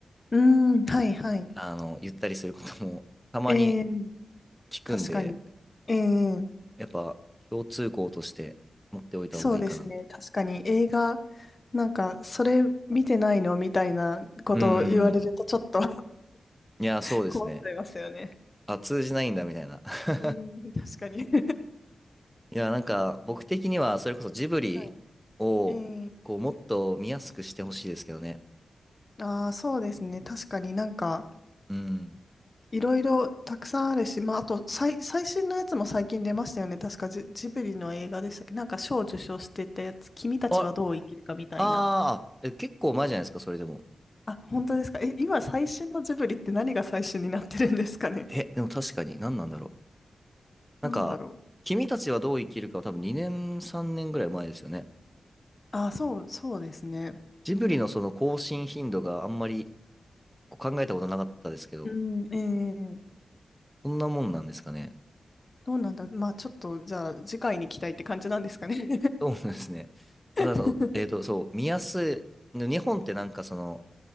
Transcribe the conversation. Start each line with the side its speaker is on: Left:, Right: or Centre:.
Left: うん、はいはい。
Centre: あの、言ったりすることも <laughs> たまに
Left: ええ
Centre: 聞くんで、
Left: 確かに。ええ
Centre: やっぱ共通項として持っておいた方がいいかなって。
Left: そうですね。確かに映画、なんか、それ見てないのみたいなことを言われるとちょっと
Centre: うんうんうん。いや、
Left: <laughs>
Centre: そうですね。
Left: 困っちゃいますよね。
Centre: あ、通じないんだみたいな。<laughs>
Left: うん、確かに <laughs>
Centre: いや、なんか僕的にはそれこそジブリをこう、
Left: はい。ええ
Centre: もっと見やすくしてほしいですけどね。
Left: ああ、そうですね。確かになんか、
Centre: うん。
Left: いろいろたくさんあるし、まあ、あと、最、最新のやつも最近出ましたよね。確かジ、ジブリの映画でしたっけなんか賞を受賞してたやつ、君たちはどう生きるかみたいな。
Centre: あ、あーえ、結構前じゃないですか、それでも。
Left: あ、本当ですかえ、今最新のジブリって何が最新になってるんですかね
Centre: え、でも確かに何なんだろう。
Left: <laughs>
Centre: なんか、
Left: なんだろう。
Centre: 君たちはどう生きるかは多分2年、3年ぐらい前ですよね。
Left: ああ、そう、そうですね。
Centre: ジブリのその更新頻度があんまりこう考えたことなかったですけど、
Left: うん、ええ
Centre: そんなもんなんですかね。
Left: どうなんだ。まあ、ちょっと、じゃあ、次回に期待って感じなんですかね。
Centre: そうですね。あとはそう、
Left: <laughs>
Centre: えっと、そう、見やすい。日本ってなんかその、